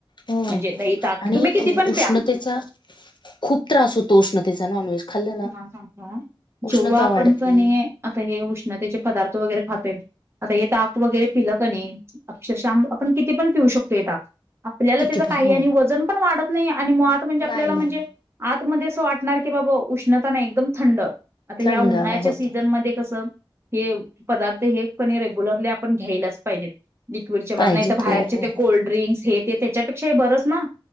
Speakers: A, on the left (about 55°); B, on the right (about 25°).
A: हो
B: म्हणजे दही ताक
A: आणि
B: तुम्ही किती पण
A: उष्णतेचा
B: प्या
A: खूप त्रास होतो उष्णतेचा नॉनव्हेज खाल्लं ना
B: तुम्हाला सांगतो जेव्हा
A: उष्णता
B: आपणच
A: वाढते
B: नाही आता हे उष्ण त्याचे पदार्थ वैगरे खातोय आता हे ताक वैगरे पिल की नाही अक्षरशः आम आपण किती पण पिउ शक आपल्याला
A: किती
B: त्याचं
A: पण
B: काही
A: हो
B: आणि वजन पण वाढत नाही. आणि मुळात म्हणजे
A: नाही
B: आपल्याला म्हणजे
A: नाही नाही
B: आत मध्ये असं वाटणार की बाबा उष्णता नाही एकदम थंड आता ह्या
A: थंड
B: उन्हाळ्याच्या
A: हवा होत
B: सीझन मध्ये कसं हे पदार्थ हे पण रेग्युलरली आपण घ्यायलाच पाहिजेत. लिक्विडचे मला
A: पाहिजे
B: नाही तर बाहेरचे
A: हो हो
B: ते
A: हो
B: कोल्ड्रिंक्स हे ते त्याच्यापेक्षाही बरंच ना.